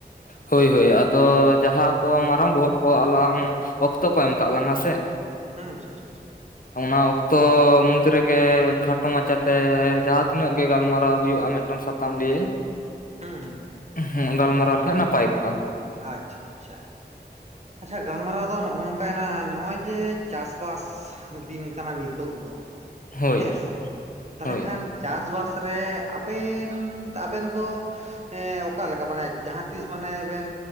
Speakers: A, on the left; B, on the right.
A: ᱦᱚᱭ ᱦᱚᱭ ᱟᱫᱚ ᱡᱟᱦᱟᱸ ᱠᱚ ᱢᱟᱨᱟᱝ ᱵᱚᱦᱚᱜ ᱠᱚ ᱟᱞᱟᱝ ᱚᱠᱛᱚ ᱠᱚ ᱮᱢ ᱠᱟᱜ ᱞᱟᱝᱟ ᱥᱮ?
B: ᱦᱩᱸ ᱪᱷᱟ ᱪᱷᱟ ᱪᱷᱟ᱾
A: ᱚᱱᱟ ᱚᱠᱛᱚ ᱢᱩᱫᱽ ᱨᱮᱜᱮ ᱠᱷᱟᱴᱚ ᱢᱟᱪᱟ ᱛᱮ ᱡᱟᱦᱟᱸ ᱛᱤᱱᱟᱹᱜ ᱜᱮ ᱜᱟᱞᱢᱟᱨᱟᱣ ᱦᱩᱭᱩᱜᱼᱟ, ᱢᱤᱫ ᱴᱟᱝ ᱥᱟᱛᱟᱢ ᱞᱟᱹᱭᱮ
B: ᱦᱩᱸ ᱦᱩᱸ ᱦᱩᱸ᱾
A: ᱦᱩᱸ ᱜᱟᱞᱢᱟᱨᱟᱣ ᱞᱮᱠᱷᱟᱡ ᱱᱟᱯᱟᱭ ᱠᱚᱜᱼᱟ᱾
B: ᱟᱪᱪᱷᱟ ᱪᱷᱟ ᱪᱷᱟ᱾ ᱟᱪᱪᱷᱟ ᱜᱟᱞᱢᱟᱨᱟᱣ ᱫᱚ ᱱᱚᱜ ᱱᱚᱝᱠᱟ ᱮᱱᱟ ᱱᱚᱜᱼᱚᱭ ᱡᱮ ᱪᱟᱥ-ᱵᱟᱥ ᱫᱤᱱ ᱠᱟᱱᱟ ᱱᱤᱛᱚᱜ ᱫᱚ᱾
A: ᱦᱳᱭ
B: ᱦᱮᱸ ᱥᱮ ᱛᱟᱦᱚᱞᱮ
A: ᱦᱳᱭ
B: ᱠᱷᱟᱱ ᱪᱟᱥ-ᱵᱟᱥ ᱨᱮ ᱟᱵᱮᱱ ᱟᱵᱮᱱ ᱫᱚ ᱮᱸ ᱚᱠᱟ ᱞᱮᱠᱟ ᱢᱟᱱᱮ ᱡᱟᱦᱟᱸ ᱛᱤᱥ ᱢᱟᱱᱮ ᱵᱮᱱ